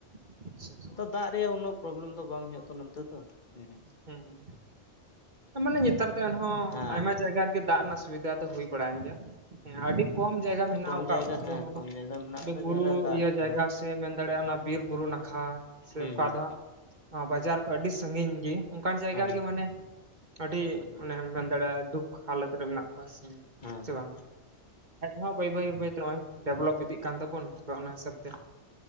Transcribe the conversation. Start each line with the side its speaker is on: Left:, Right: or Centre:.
Right: ᱟᱪᱪᱷᱟ ᱟᱪᱪᱷᱟ
Left: ᱟᱫᱟᱜ ᱨᱮᱭᱟᱜ ᱚᱱᱱᱚ ᱯᱨᱚᱵᱞᱮᱢ ᱫᱚ ᱵᱟᱝ ᱦᱩᱭᱩᱜ-ᱟ ᱛᱚ ᱱᱚᱱᱛᱮ ᱫᱚ ᱦᱩᱸ ᱦᱩᱸ᱾
Right: ᱦᱩᱸ ᱦᱩᱸ ᱦᱮᱸ ᱢᱟᱱᱮ ᱧᱮᱛᱟᱨ ᱫᱚ ᱮᱱᱦᱚᱸ
Left: ᱦᱮᱸ
Right: ᱟᱭᱢᱟ ᱡᱟᱭᱜᱟ ᱨᱮᱜᱮ ᱫᱟᱜ ᱨᱮᱱᱟᱜ ᱥᱩᱵᱤᱫᱷᱟ ᱫᱚ ᱦᱩᱭ ᱵᱟᱲᱟᱭᱮᱱ ᱜᱮᱭᱟ ᱦᱮᱸ ᱟᱹᱰᱤ ᱠᱚᱢ ᱡᱟᱭᱜᱟ ᱢᱮᱱᱟᱜ-ᱟ
Left: ᱠᱚᱢ
Right: ᱚᱠᱟ
Left: ᱡᱟᱭᱜᱟ
Right: ᱚᱠᱟ
Left: ᱦᱮᱸ
Right: ᱫᱚ ᱢᱟᱱᱮ
Left: ᱠᱚᱢ ᱡᱟᱭᱜᱟ ᱢᱮᱱᱟᱜ
Right: ᱟᱹᱰᱤ
Left: ᱟᱠᱟᱫᱟ
Right: ᱵᱩᱨᱩ
Left: ᱡᱟᱦᱟᱸᱨᱮ ᱫᱟᱜ
Right: ᱤᱭᱟᱹ ᱡᱟᱭᱜᱟ
Left: ᱦᱮᱸ
Right: ᱥᱮ ᱢᱮᱱ ᱫᱟᱲᱮᱭᱟᱜ-ᱟ ᱚᱱᱟ ᱵᱤᱨ, ᱵᱩᱨᱩ ᱱᱟᱠᱷᱟ ᱥᱮ
Left: ᱦᱩᱸ
Right: ᱚᱠᱟ
Left: ᱦᱩᱸ
Right: ᱫᱚ ᱦᱟᱸᱜ ᱱᱚᱣᱟ ᱵᱟᱡᱟᱨ ᱠᱷᱚᱡ ᱟᱹᱰᱤ ᱥᱟᱺᱜᱤᱧ ᱜᱮ ᱚᱱᱠᱟᱱ ᱡᱟᱭᱜᱟ
Left: ᱦᱮᱸ
Right: ᱨᱮᱜᱮ ᱢᱟᱱᱮ ᱟᱹᱰᱤ ᱚᱱᱮᱢ ᱢᱮᱱ ᱫᱟᱲᱮᱭᱟᱜᱼᱟ ᱫᱩᱠ ᱦᱟᱞᱚᱛ ᱨᱮ ᱢᱮᱱᱟᱜ ᱠᱚᱣᱟ
Left: ᱦᱮᱸ
Right: ᱥᱮ
Left: ᱦᱮᱸ ᱦᱮᱸ ᱦᱩᱸ
Right: ᱵᱟᱝ, ᱦᱚ ᱵᱟᱹᱭ ᱵᱟᱹᱭ ᱵᱟᱹᱭ ᱱᱚᱜᱼᱚᱭ ᱰᱮᱵᱷᱞᱚᱯ ᱤᱫᱤᱜ ᱛᱟᱵᱚᱱ᱾ ᱛᱚᱵᱮ ᱚᱱᱟ ᱦᱤᱥᱟᱹᱵ ᱛᱮ